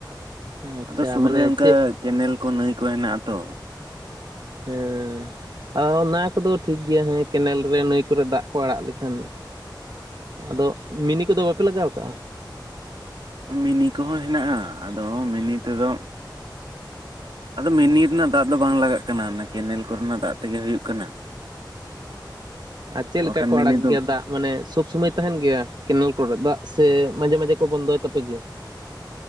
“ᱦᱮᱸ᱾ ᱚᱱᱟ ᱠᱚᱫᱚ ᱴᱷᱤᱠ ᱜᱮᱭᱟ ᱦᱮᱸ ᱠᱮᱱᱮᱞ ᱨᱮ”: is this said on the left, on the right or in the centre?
Right